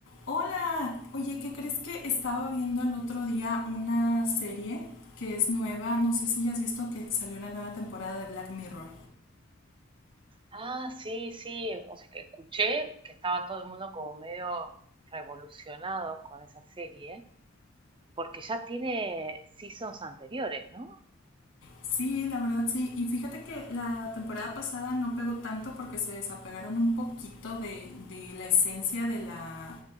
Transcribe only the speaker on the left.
Hola, oye, ¿qué crees que estaba viendo el otro día una serie que es nueva? No sé si ya has visto que salió la nueva temporada de Black Mirror.
Sí, la verdad sí. Y fíjate que la temporada pasada no pegó tanto porque se desapegaron un poquito de, de la esencia de la,